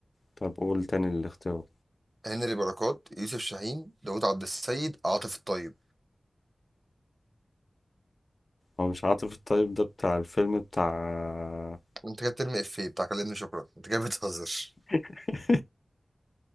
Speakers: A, on the left; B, on the right.
A: طب قول تاني الاختيار
B: هنري بركات يوسف شاهين داوود عبد السيد عاطف الطيب
A: هو مش عاطف الطيب ده بتاع الفيلم بتاع
B: انت كده بترمي افيه بتاع كلمني شكرا انت كده بتهزر
A: <laughs>